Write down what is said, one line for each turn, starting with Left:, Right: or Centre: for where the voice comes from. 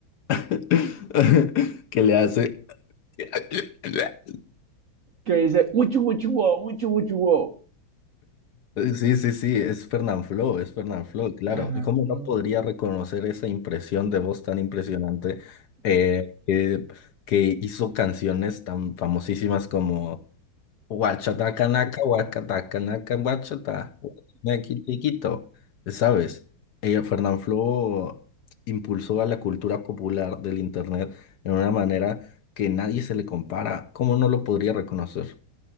Left: <laughs> que le hace? <laughs>
Right: Que dice, uchu, uchu, wo, uchu, uchu, wo.
Left: Eh, Sí, sí, sí, es Fernanfloo, es Fernanfloo, claro.
Right: Fernando,
Left: ¿Cómo
Right: Loo.
Left: no podría reconocer esa impresión de voz tan impresionante eh, que, que hizo canciones tan famosísimas como Huachatacanaka, Huacatacanaka, Huachata, Huachinequitiquito, ¿sabes? Eh, Fernanfloo impulsó a la cultura popular del Internet en una manera que nadie se le compara. ¿Cómo no lo podría reconocer?